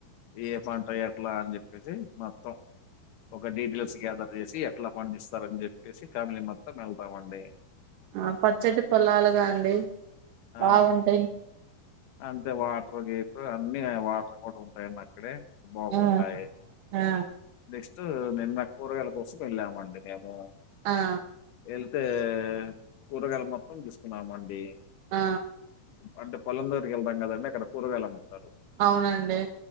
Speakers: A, on the left; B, on the right.
A: ఏ పంట ఎట్లా అని చెప్పేసి మొత్తం ఒక డీటెయిల్స్ గ్యాదర్ చేసి ఎట్లా ఫండ్ ఇస్తారని చెప్పేసి ఫ్యామిలీ మొత్తం వెళ్తామండి
B: ఆ పచ్చటి పొలాలుగా అండి
A: ఆ
B: బాగుంటాయి
A: అంతే వాటర్ గేట్ అన్ని వాటర్ కూడా ఉంటాయండి అక్కడే బాగుంటాయ్
B: ఆ ఆ
A: నెక్స్ట్ నిన్న కూరగాయల కోసం వెళ్ళామండి మేము
B: ఆ
A: వెళ్తే కూరగాయలు మొత్తం తీసుకున్నామ అండి
B: ఆ
A: అంటే పొలం దగ్గరికి వెళ్తాం కదండి అక్కడ కూరగాయలు అమ్ముతారు
B: అవునండి